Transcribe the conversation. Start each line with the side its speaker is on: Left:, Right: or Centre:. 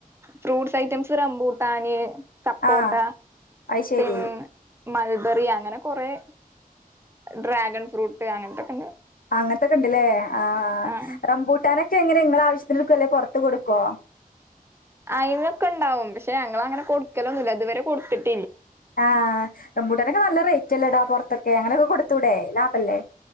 Right: ഫ്രൂട്ടസ് ഐറ്റംസ് റംമ്പൂട്ടാന് സപ്പോട്ട
Left: ആ അത് ശരി
Right: പിന്നെ മൾബറി അങ്ങനെ കൊറെ ഡ്രാഗൻ ഫ്രൂട്ട അ അങ്ങനന്തൊക്കെണ്ട്
Left: അങ്ങനത്തൊക്കെ ഇണ്ട് ല്ലേ ആ
Right: ആഹ്
Left: റംമ്പൂട്ടാന എങ്ങനെ നിങ്ങ ആവശ്യത്തിനൊക്കെ ള്ളെ പൊറത്ത് കൊടുക്കോ
Right: അയ്നൊക്കെ ണ്ടാവും പക്ഷെ ഞങ്ങളങ്ങനെ കൊടുക്കലൊന്നുല്ല ഇതുവരെ കൊടുത്തിട്ട്
Left: ആ റംമ്പൂട്ടാനൊക്കെ നല്ല റേറ്റ്ല്ലെടാ പൊറത്ത് ത്തൊക്കെ അങ്ങനെയൊക്കെ കൊടുത്തൂടേ ലാഭല്ലേ